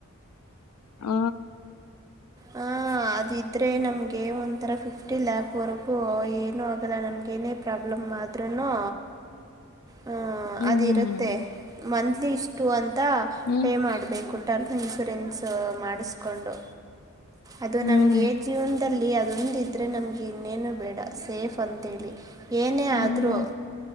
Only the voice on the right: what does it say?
ಹ ಅದಿದ್ರೆ ನಮಗೆ ಒಂಥರ ಫಿಫ್ಟಿ ಲ್ಯಾಕ್ವರೆಗೂ ಏನೂ ಆಗಲ್ಲ ನಮಗೇನೇ ಪ್ರಾಬ್ಲಮ್ ಆದ್ರೂನು ಹ್ಮ್
ಅದಿರುತ್ತೆ ಮಂತ್ಲಿ ಇಷ್ಟು ಅಂತ
ಪೇ ಮಾಡ್ಬೇಕು. ಟರ್ಮ್ ಇನ್ಶೂರೆನ್ಸ್ ಮಾಡಿಸ್ಕೊಂಡು. ಅದು
ನಮ್ಗೆ ಜೀವನದಲ್ಲಿ ಅ ಒಂದಿದ್ರೆ ನಮ್ಗಿನ್ನೆನು ಬೇಡ ಸೇಫ್ ಅಂತೇಳಿ. ಏನೇ
ಆದರೂ